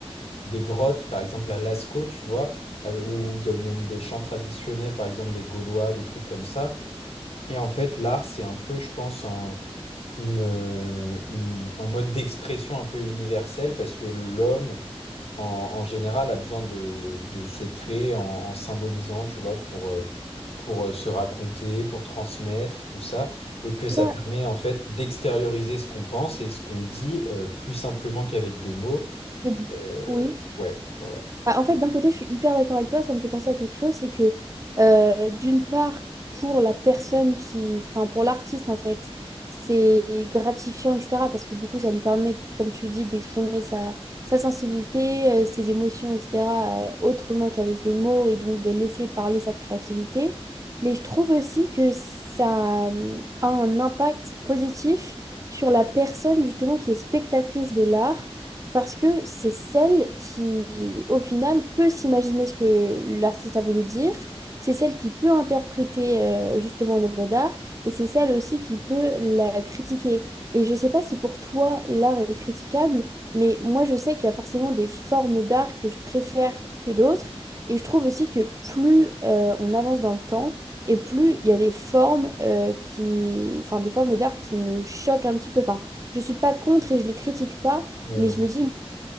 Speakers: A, on the left (about 70°); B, on the right (about 30°).
A: des grottes, par exemple à Lascaux, tu vois, euh, où il y a même des chants traditionnels, par exemple des Gaulois, des trucs comme ça. Et en fait, l'art, c'est un peu, je pense, un, une, euh, une- un mode d'expression un peu universel parce que l'homme en, en général, a besoin de, de se créer en, en symbolisant, tu vois, pour, euh, pour euh, se raconter, pour transmettre, tout ça, et que ça
B: Ça,
A: permet en fait d'extérioriser ce qu'on pense et ce qu'on dit euh, plus simplement qu'avec des mots.
B: et-
A: Euh,
B: oui.
A: ouais, voilà.
B: Bah, en fait, d'un côté, je suis hyper d'accord avec toi, ça me fait penser à quelque chose, c'est que euh, d'une part, pour la personne qui, enfin pour l'artiste en fait, c'est gratifiant, etc. Parce que du coup, ça lui permet, comme tu dis, d'exprimer sa, sa sensibilité, euh, ses émotions, etc. euh, autrement qu'avec les mots et donc de laisser parler sa créativité. Mais je trouve aussi que ça euh, a un impact positif sur la personne justement qui est spectatrice de l'art parce que c'est celle qui, au final, peut s'imaginer ce que l'artiste a voulu dire, c'est celle qui peut interpréter euh, justement l'œuvre d'art, et c'est celle aussi qui peut la critiquer. Et je ne sais pas si pour toi, l'art est critiquable, mais moi, je sais qu'il y a forcément des formes d'art que je préfère que d'autres, et je trouve aussi que plus euh, on avance dans le temps, et plus il y a des formes euh, qui, enfin, des formes d'art qui me choquent un petit peu. Enfin, je ne suis pas contre et je ne les critique pas,
A: Ouais,
B: mais
A: ouais.
B: je me dis,